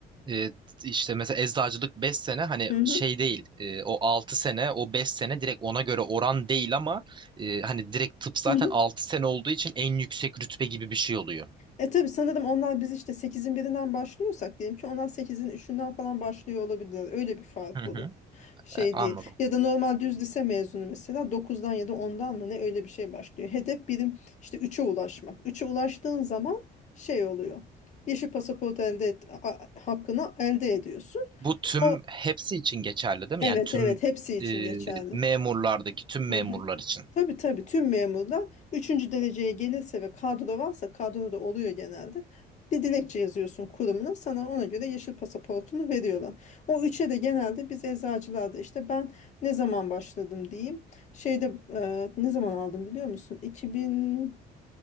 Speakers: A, on the right; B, on the left.
A: E, işte mesela eczacılık beş sene hani
B: Hı hı.
A: şey değil e, o 6 sene o 5 sene direkt ona göre oran değil ama e, hani direkt tıp zaten
B: Hı hı.
A: 6 sene olduğu için en yüksek rütbe gibi bir şey oluyor.
B: E tabii sanırım onlar biz işte sekizin birinden başlıyorsak diyelim ki onlar sekizin üçünden falan başlıyor olabilirler. Öyle bir fark
A: Hı
B: olur.
A: hı.
B: Şey
A: E, anladım.
B: değil. Ya da normal düz lise mezunu mesela dokuzdan ya da ondan mı ne öyle bir şey başlıyor. Hedef birim işte üçe ulaşmak. Üçe ulaştığın zaman şey oluyor. Yeşil pasaport elde et, a- a- hakkını elde ediyorsun.
A: Bu tüm
B: O
A: hepsi için geçerli değil
B: evet
A: mi? Yani tüm
B: evet hepsi için
A: e,
B: geçerli.
A: memurlardaki tüm memurlar
B: 3.
A: için.
B: Tabii tabii tüm memurlar üçüncü dereceye gelirse ve kadro varsa kadro da oluyor genelde. Bir dilekçe yazıyorsun kurumuna sana ona göre yeşil pasaportunu veriyorlar. O üçe de genelde biz eczacılarda işte ben ne zaman başladım diyeyim. Şeyde e, ne zaman aldım biliyor musun? 2000